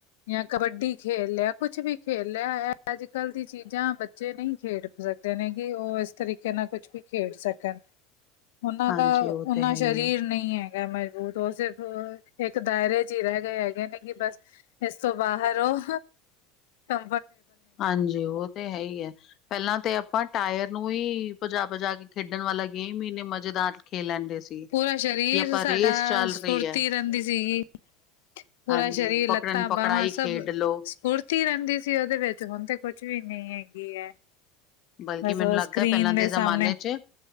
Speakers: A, on the left; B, on the left.
A: ਜਾਂ ਕਬੱਡੀ ਖੇਲ ਲਿਆ ਕੁਛ ਵੀ ਖੇਲ ਲਿਆ, ਇਹ ਅੱਜ ਕੱਲ੍ਹ ਦੀ ਚੀਜ਼ਾਂ ਬੱਚੇ ਨਹੀਂ ਖੇਡ ਸਕ ਦੇ ਨੇ ਕਿ ਉਹ ਇਸ ਤਰੀਕੇ ਨਾਲ ਕੁਛ ਵੀ ਖੇਡ ਸਕਣ
B: <inaudible>
A: ਉਹਨਾਂ
B: ਹਾਂਜੀ
A: ਦਾ
B: ਉਹ
A: ਉਨਾਂ
B: ਤੇ ਹੈ
A: ਸਰੀਰ
B: ਹੀ ਹੈ
A: ਨਹੀ ਹੈ ਮਜ਼ਬੂਤ ਉਹ ਸਿਰਫ ਇੱਕ ਦਾਇਰੇ ਚ ਹੀ ਰਹਿ ਗਏ ਹੈਗੇ ਨੇ, ਕਿ ਬਸ ਇਸ ਤੋਂ ਬਾਹਰ ਉਹ ਤਾਂ
B: ਹਾਂਜੀ ਉਹ ਤੇ ਹੈ ਹੀ ਏ। ਪਹਿਲਾਂ ਤੇ ਆਪਾਂ ਟਾਇਰ ਨੂੰ ਵੀ ਭਜਾ ਭਜਾ ਕੇ ਖੇਡਣ ਵਾਲਾ ਗੇਮ ਹੀ ਇੰਨੇ ਮਜ਼ੇਦਾਰ ਖੇਲ ਲੈਂਦੇ ਸੀ।
A: ਪੂਰਾ ਸਰੀਰ
B: ਕਿ ਆਪਾਂ
A: ਸਾਡਾ
B: ਰੇਸ ਚੱਲ
A: ਸੂਰਤੀ
B: ਰਹੀ ਹੈ।
A: ਰਹਿੰਦੀ ਸੀਗੀ। ਪੂਰਾ
B: ਹਾਂਜੀ
A: ਸਰੀਰ
B: ਪਕੜਨ
A: ਲੱਤਾਂ
B: ਪਕੜਾਈ
A: ਬਾਹਵਾਂ ਸਭ
B: ਖੇਡ ਲੋ
A: ਸਫੁਰਤੀ ਰਹਿੰਦੀ ਸੀ ਉਹਦੇ ਵਿੱਚ, ਹੁਣ ਤੇ ਕੁਛ ਵੀ ਨੀ ਹੈਗੀ ਹੈ।
B: ਬਲਕਿ
A: ਬਸ
B: ਮੈਨੂੰ
A: ਉਹ
B: ਲੱਗਦਾ
A: ਸਕਰੀਨ
B: ਪਹਿਲਾਂ ਦੇ ਜ਼ਮਾਨੇ
A: ਸਾਹਮਣੇ
B: ਚ